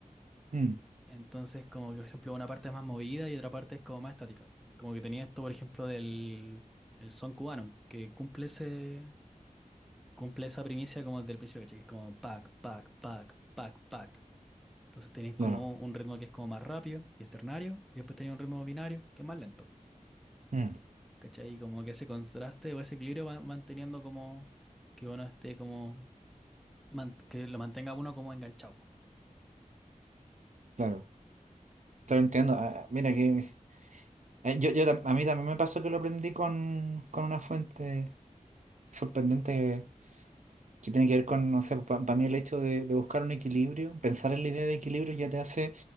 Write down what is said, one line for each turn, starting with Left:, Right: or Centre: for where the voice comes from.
Right: Mm,
Centre: Entonces, como que, por ejemplo, una parte es más movida y otra parte es como más estática. Como que tenía esto, por ejemplo, del el son cubano, que cumple ese, cumple esa primicia como desde el principio, ¿cachai? Que es como pac, pac, pac, pac, pac. Entonces tenéis
Right: claro,
Centre: como un ritmo que es como más rápido y es ternario, y después tenéis un ritmo binario que es más lento,
Right: mm,
Centre: ¿cachai? Y como que ese contraste o ese equilibrio va manteniendo como que uno esté como, man- que lo mantenga uno como enganchado. po.
Right: claro, claro, entiendo. Ah, ah, mira que eh, yo, yo tam- a mí también me pasó que lo aprendí con, con una fuente sorprendente que tiene que ver con, no sé, para mí el hecho de, de buscar un equilibrio, pensar en la idea de equilibrio ya te hace,